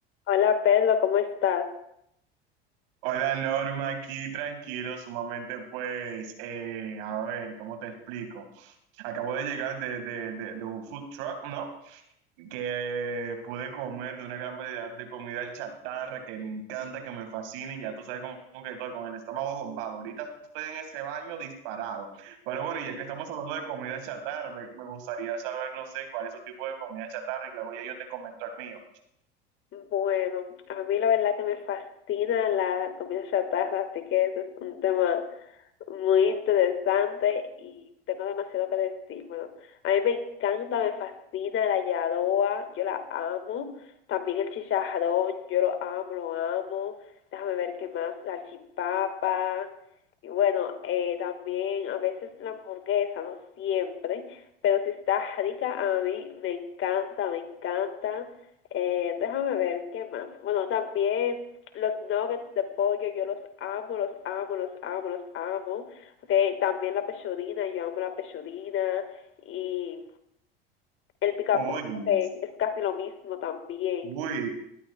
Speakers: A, on the left (about 45°); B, on the right (about 65°).
A: Hola Pedro, ¿cómo estás?
B: Hola Norma, aquí tranquilo, sumamente pues, eh, a ver, ¿cómo te explico? Acabo de llegar de, de- de- de un food truck, ¿no? Que eh, pude comer de una gran variedad de comida chatarra que me encanta, que me fascina y ya tú sabes cómo que estoy con el estómago bombado. Ahorita estoy en ese baño disparado. Pero bueno, y ya que estamos hablando de comida chatarra, me, me gustaría saber, no sé, cuál es tu tipo de comida chatarra y luego ya yo te comento el mío.
A: Bueno, a mí la verdad que me fascina la comida chatarra, así que ese es un tema muy interesante y tengo demasiado que decir. Bueno, a mí me encanta, me fascina la yadoa, yo la amo. También el chicharrón, yo lo amo, lo amo. Déjame ver qué más, la chipapa. Y bueno, eh, también a veces la hamburguesa, no siempre, pero si está rica a mí, me encanta, me encanta. Eh, déjame ver qué más. Bueno, también los nuggets de pollo yo los amo, los amo, los amo, los amo. Porque también la pechudina, yo amo la pechudina. Y el picaporte
B: Uy,
A: okay, es casi lo mismo también.
B: uy,